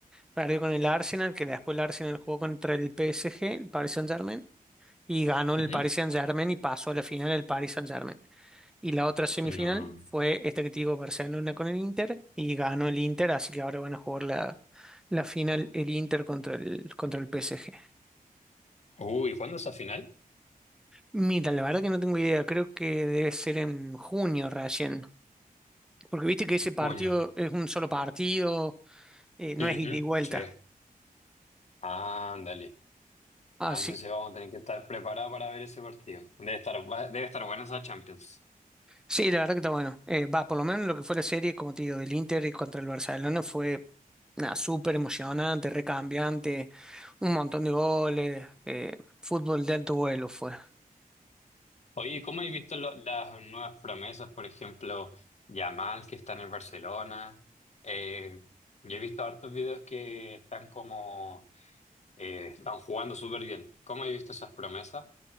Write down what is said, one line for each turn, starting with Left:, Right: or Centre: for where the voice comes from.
Centre: Perdió con el Arsenal, que después el Arsenal jugó contra el PSG, el Paris Saint-Germain, y ganó el
Left: Ujú.
Centre: Paris Saint-Germain y pasó a la final el Paris Saint-Germain. Y la otra semifinal
Left: No.
Centre: fue esta que te digo, Barcelona con el Inter, y ganó el Inter, así que ahora van a jugar la, la final el Inter contra el, contra el PSG.
Left: Uy, ¿cuándo es la final?
Centre: Mira, la verdad que no tengo idea, creo que debe ser en junio recién, porque viste que ese partido
Left: Bueno.
Centre: es un solo partido, eh, no
Left: Ujú.
Centre: es ida y vuelta.
Left: Sí. Ándale.
Centre: Así
Left: Ah, entonces vamos a tener que estar preparados para ver ese partido. Debe estar, va- debe estar buena esa Champions.
Centre: Sí, la verdad que está bueno. Eh, va, por lo menos lo que fue la serie, como te digo, del Inter y contra el Barcelona fue nada, súper emocionante, recambiante, un montón de goles, eh, fútbol de alto vuelo fue.
Left: Oye, ¿cómo has visto lo- las nuevas promesas? Por ejemplo, Yamal, que está en el Barcelona. Eh, yo he visto hartos videos que están como... eh, están jugando súper bien. ¿Cómo has visto esas promesas?